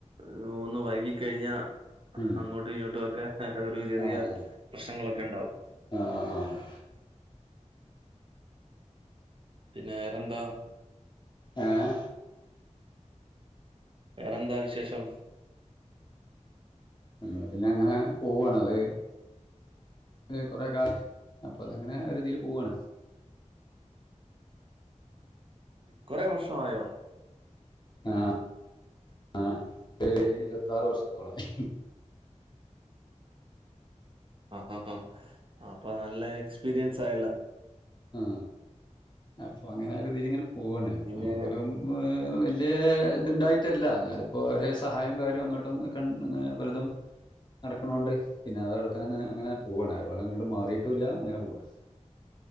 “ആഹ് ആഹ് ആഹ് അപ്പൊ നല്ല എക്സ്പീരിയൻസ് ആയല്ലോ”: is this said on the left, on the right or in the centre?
Right